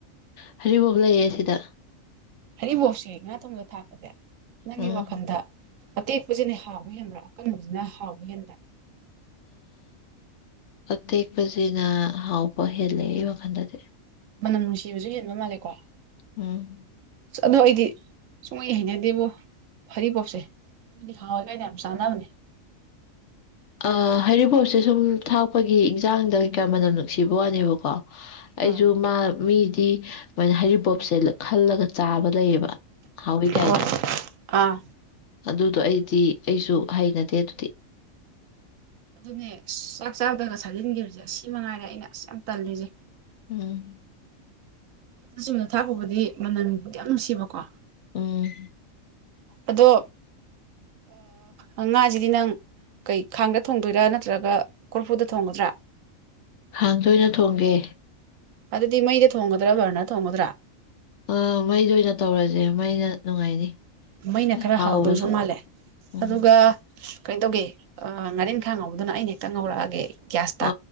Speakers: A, on the left (about 65°); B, on the right (about 75°).
A: ꯍꯩꯔꯤꯕꯣꯞ ꯂꯩꯌꯦ ꯁꯤꯗ
B: ꯍꯔꯤꯕꯣꯞꯁꯤ ꯉꯥ ꯊꯣꯡꯕꯗ ꯊꯥꯛꯄꯁꯦ ꯅꯪꯒꯤ
A: ꯎꯝ
B: ꯋꯥꯈꯜꯗ ꯑꯇꯦꯛꯄꯁꯤꯅ ꯍꯥꯎꯕ ꯍꯦꯟꯕ꯭ꯔꯥ ꯑꯀꯪꯕꯖꯤꯅ ꯍꯥꯎꯕ ꯍꯦꯟꯕ꯭ꯔꯥ
A: ꯑꯇꯦꯛꯄꯁꯤꯅ ꯍꯥꯎꯕ ꯍꯦꯜꯂꯦ ꯑꯩ ꯋꯥꯈꯟꯗꯗꯤ
B: ꯃꯅꯝ ꯅꯨꯡꯁꯤꯕꯁꯨ ꯍꯦꯟꯕ ꯃꯥꯜꯂꯦꯀꯣ
A: ꯎꯝ
B: ꯑꯁ ꯑꯗꯣ ꯑꯩꯗꯤ ꯁꯨꯡꯩ ꯍꯩꯅꯗꯦꯕꯣ ꯍꯩꯔꯤꯕꯣꯞꯁꯦ ꯃꯤꯗꯤ ꯍꯥꯎꯋꯏ ꯒꯥꯏꯅ ꯌꯥꯝ ꯆꯥꯟꯅꯕꯅꯦ
A: ꯑ ꯍꯩꯔꯤꯕꯣꯞꯁꯦ ꯁꯨꯝ ꯊꯥꯛꯄꯒꯤ ꯏꯟꯁꯥꯡꯗ ꯀꯩꯀꯥ ꯃꯅꯝ ꯅꯨꯡꯁꯤꯕ ꯋꯥꯅꯦꯕꯀꯣ ꯑꯩꯁꯨ
B: ꯑꯥ
A: ꯃꯥ ꯃꯤꯗꯤ ꯄ ꯍꯔꯤꯕꯣꯞꯁꯦ ꯈꯜꯂꯒ ꯆꯥꯕ ꯂꯩꯌꯦꯕ ꯍꯥꯎꯋꯤ ꯀꯥꯏꯅ
B: ꯍꯣꯏ ꯑꯥ
A: ꯑꯗꯨꯗꯣ ꯑꯩꯗꯤ ꯑꯩꯁꯨ ꯍꯩꯅꯗꯦ ꯑꯗꯨꯗꯤ
B: ꯑꯗꯨꯅꯦ ꯆꯥꯛ ꯆꯥꯗꯅ ꯁꯥꯥꯖꯤꯟꯈꯤꯕꯁꯦ ꯁꯤ ꯃꯉꯥꯏꯔꯦ ꯑꯩꯅ ꯑꯁ ꯌꯥꯝ ꯇꯜꯂꯤꯁꯦ
A: ꯎꯝ
B: ꯑꯗꯨ ꯆꯨꯝꯅ ꯊꯥꯛꯕꯕꯨꯗꯤ ꯃꯅꯟꯕꯨꯗꯤ ꯌꯥꯝ ꯅꯨꯡꯁꯤꯕꯀꯣ
A: ꯎꯝ
B: ꯑꯗꯣ ꯑ ꯉꯥꯁꯤꯗꯤ ꯅꯪ ꯀꯩ ꯈꯥꯡꯗ ꯊꯣꯡꯗꯣꯏꯔꯥ ꯅꯠꯇ꯭ꯔꯒ ꯀꯣꯔꯐꯨꯗ ꯊꯣꯡꯒꯗ꯭ꯔꯥ
A: ꯈꯥꯡꯗ ꯑꯣꯏꯅ ꯊꯣꯡꯒꯦ
B: ꯑꯗꯨꯗꯤ ꯃꯩꯗ ꯊꯣꯡꯒꯗ꯭ꯔꯥ ꯚꯔꯅꯔ ꯊꯣꯡꯒꯗ꯭ꯔꯥ
A: ꯑꯥ ꯃꯩꯗ ꯑꯣꯏꯅ ꯇꯧꯔꯁꯦ ꯃꯩꯅ ꯅꯨꯡꯉꯥꯏꯅꯤ
B: ꯃꯩꯅ ꯈꯔ
A: ꯍꯥꯎꯕꯁꯨ
B: ꯍꯥꯎꯗꯧꯁꯨ ꯃꯥꯜꯂꯦ
A: ꯎꯝ
B: ꯑꯗꯨꯒ ꯀꯩꯅꯣ ꯇꯧꯒꯦ ꯉꯥꯔꯤꯡꯈꯥ ꯉꯧꯕꯗꯨꯅ ꯑꯩꯅ ꯍꯦꯛꯇ ꯉꯧꯔꯛꯑꯒꯦ ꯒ꯭ꯌꯥꯁꯇ
A: ꯑ